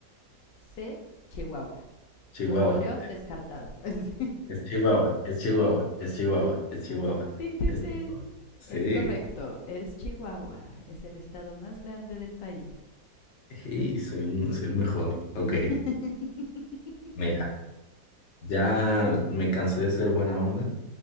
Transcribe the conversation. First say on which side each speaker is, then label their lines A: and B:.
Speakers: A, on the left; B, on the left.
A: C. Chihuahua.
B: Chihuahua,
A: Nuevo León descartado. <laughs>
B: es Chihuahua, es Chihuahua, es Chihuahua, es Chihuahua,
A: Tin, tin,
B: es
A: tin.
B: Chihuahua. Sí,
A: Es correcto, es Chihuahua. Es el estado más grande del país.
B: sí, soy un- soy el mejor. Ok,
A: <laughs>
B: mira, ya me cansé de ser buena onda.